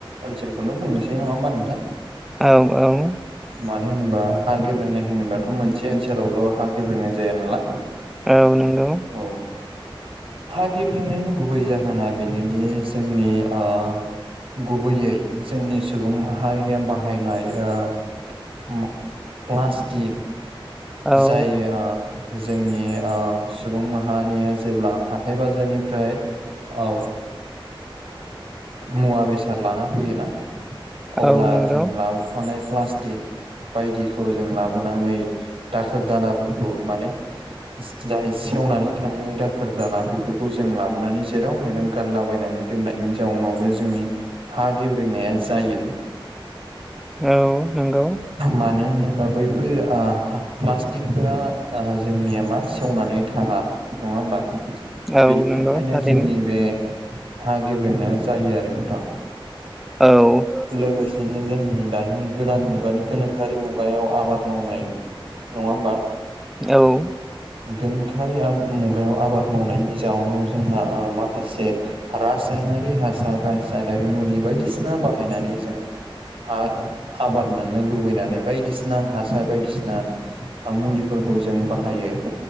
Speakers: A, on the right; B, in the centre.
A: ओनसोलखौनो बुंनोसै नङा होमबा नोंथां?
B: औ औ
A: मानो होनोबा हा गेब्रेंनाय होनोबाथ' मोनसे ओनसोलावल' हा गेब्रेंनाय जाया नालाय।
B: औ नंगौ।
A: औ हा गेब्रेंनायनि गुबै जाहोना बेनोदि जोंनि ओ गुबैयै जोंनि सुबुं माहारिया बाहायनाय ओ म प्लास्टिक
B: औ
A: जाय ओ ओ जोंनि ओ सुबुं माहारिया जेब्ला हाथाय बाजारनिफ्राय औ मुवा बेसाद लाना फैयोना? अब्ला
B: औ नंगौ
A: जों लाबोफानाय प्लास्टिक बायदिखौ जों लाबोनानै दाखोर दालाफोरखौ माने जाय सेवनानै थांङै दाखोर दाला बेफोरखौ जों लाबोनानै जेराव मेराव गारला बायनानै दोननायनि जाउनावबो जोंनि हा गेब्रेंनाया जायो।
B: औ नोंगौ।
A: मानो होनोबा बैफोर आहा प्लाट टिकफोरा ओ जोंनिया मा सेवनानै थांङा नंङा होमबा?
B: औ
A: बेनि
B: नंगौ
A: थाखायनो
B: थारैनो
A: जोंनि बे हा गेब्रेंनाया जायो आरो नोंथां।
B: औ
A: लोगोसेनो जोंनि दानि गोदान मुगानि गोनोखोआरि मुगायाव आबाद मावनाय नंङा होमबा?
B: औ
A: गोनोखोआरि आ मुगायाव आबाद मावनायनि जाउनाव जोंहा ओ माखासे रासायनारि हासार रासायनारि मुलि बायदिसिना बाहायनानै जों हा आबाद मोननो लुबैनानै बायदिसिना हासार बायदिसिना आ मुलिफोरखौ जों बाहायो।